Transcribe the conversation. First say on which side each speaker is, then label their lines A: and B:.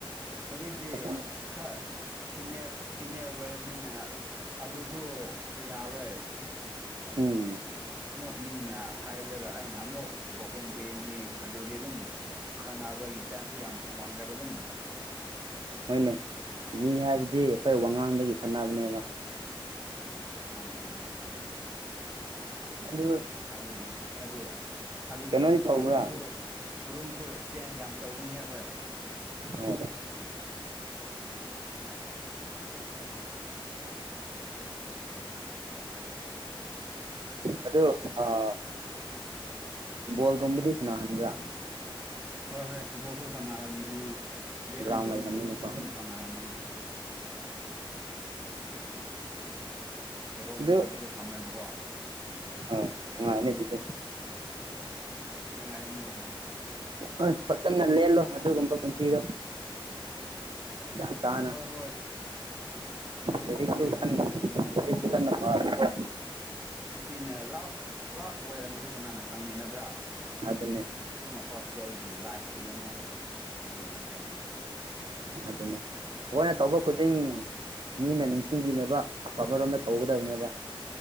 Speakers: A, on the right; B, on the right.
A: ꯑꯗꯨꯗꯗꯤ
B: ꯑꯁ
A: ꯈꯔꯅꯤꯌꯔ ꯁꯤꯅꯤꯌꯔ ꯑꯣꯏꯔꯕꯅꯤꯅ ꯑꯗꯨꯁꯨ ꯌꯥꯔꯣꯏ
B: ꯍꯝ
A: ꯑꯃꯨꯛ ꯃꯤꯅ ꯍꯥꯏꯔꯨꯔꯒ ꯑꯩꯅ ꯑꯃꯨꯛ ꯄꯥꯎꯈꯨꯝ ꯄꯦꯅꯤ ꯑꯗꯨꯗꯤ ꯑꯗꯨꯝ ꯈꯟꯅꯅꯕꯒꯤ ꯆꯥꯟꯁꯁꯨ ꯌꯥꯝ ꯋꯥꯡꯈ꯭ꯔꯦꯕ ꯑꯗꯨꯝ
B: ꯍꯣꯏꯅꯦ ꯃꯤ ꯍꯥꯏꯕꯗꯤ ꯑꯩꯈꯣꯏ ꯋꯥꯉꯥꯡꯗꯒꯤ ꯈꯠꯅꯕꯅꯦꯕ
A: ꯃꯥꯅꯦ ꯃꯥꯅꯦ
B: ꯑꯗꯨꯗ
A: ꯑꯗꯨꯗꯤ ꯑꯗꯨꯗꯤ ꯑꯗꯨꯒꯤ
B: ꯀꯩꯅꯣꯗꯤ ꯇꯧꯕ꯭ꯔꯥ
A: ꯔꯨꯝꯁꯨ ꯔꯨꯝꯁꯨ ꯆꯦꯟꯖ ꯌꯥꯝ ꯇꯧꯕꯅꯤꯍꯦ ꯑꯩꯈꯣꯏ
B: ꯑꯣ
A: ꯍ ꯏꯖ ꯂꯥꯛ ꯃꯑꯦ
B: ꯑꯗꯨꯗ ꯕꯣꯜꯒꯨꯝꯕꯗꯤ ꯁꯥꯟꯅꯍꯟꯕ꯭ꯔꯥ
A: ꯍꯣꯏ ꯍꯣꯏ ꯕꯣꯜꯁꯨ ꯁꯥꯟꯅꯍꯟꯕꯅꯦ ꯕꯦꯗꯃꯤꯟꯇꯣꯟꯒꯨꯝꯕꯁꯨ
B: ꯒ꯭ꯔꯥꯎꯟ ꯂꯩꯔꯕꯅꯤꯅꯀꯣ
A: ꯑꯗꯨꯝ ꯁꯥꯟꯅꯍꯟꯕꯅꯦ ꯀꯦꯔꯣꯝꯒꯨꯝꯕꯁꯨ
B: ꯑꯗꯨ
A: ꯊꯝꯃꯦꯕꯀꯣ
B: ꯍꯣꯏ ꯅꯨꯉꯥꯏꯅꯤ ꯑꯗꯨꯗ
A: ꯅꯨꯉꯥꯏꯌ‌ꯦ ꯅꯨꯡꯥꯏꯌ‌ꯦ
B: ꯍꯣꯏ ꯐꯖꯅ ꯂꯦꯜꯂꯣ ꯑꯗꯨꯒꯨꯝꯕ ꯄꯨꯟꯁꯤꯗꯣ ꯒꯤꯌꯥꯟ ꯇꯥꯅ
A: ꯍꯣꯏ ꯍꯣꯏ ꯀꯨꯏꯁꯨ
B: ꯂꯥꯏꯔꯤꯛꯛꯁꯨ
A: ꯀꯨꯏꯔ
B: ꯀꯟꯅ ꯗꯔꯤ <unintelligible> ꯁꯕꯦꯟ ꯅꯄꯥ ꯅꯀꯣ
A: ꯑꯁꯤꯅ ꯂꯥꯁ ꯂꯥꯁ ꯑꯣꯏꯔꯝ ꯑꯃꯁꯨ ꯀꯅꯥꯅ ꯈꯪꯅꯤ ꯅꯠꯇ꯭ꯔꯥ
B: ꯑꯗꯨꯟꯅꯦ
A: ꯑꯃꯨꯛ ꯍꯣꯁꯇꯦꯜꯒꯤ ꯂꯥꯏꯐꯁꯤ ꯑꯃꯨꯛ ꯐꯪꯗꯧ ꯃꯗ꯭ꯔꯦꯅ
B: ꯑꯗꯨꯅꯦ ꯍꯅꯦ <unintelligible> ꯇꯧꯕ ꯈꯨꯗꯤꯡ ꯃꯤꯅ ꯅꯤꯡꯁꯤꯡꯕꯤꯅꯕ ꯑꯐꯕꯔꯣꯝꯗ ꯇꯧꯒꯗꯕꯅꯦꯕ